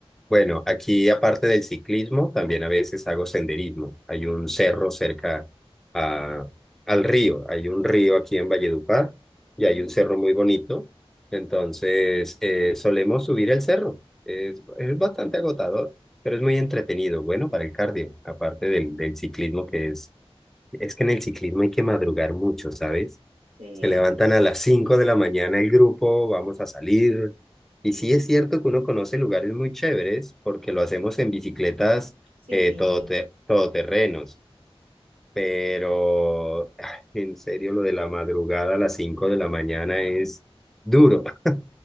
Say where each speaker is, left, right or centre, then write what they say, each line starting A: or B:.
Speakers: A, in the centre; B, on the right.
A: Bueno, aquí aparte del ciclismo, también a veces hago senderismo. Hay un cerro cerca a- al río. Hay un río aquí en Valledupar y
B: Ujú.
A: hay un cerro muy bonito. Entonces, eh, solemos subir el cerro. Es, es bastante agotador, pero es muy entretenido. Bueno, para el cardio, aparte del, del ciclismo que es es que en el ciclismo hay que madrugar mucho, ¿sabes?
B: Sí,
A: Se levantan a las 5 de la mañana el grupo, vamos a salir. Y sí es cierto que uno conoce lugares muy chéveres porque lo hacemos en bicicletas
B: sí,
A: eh,
B: sí.
A: todote- todoterrenos, pero <sighs> ah, en serio lo de la madrugada a las 5 de la mañana es duro. <laughs>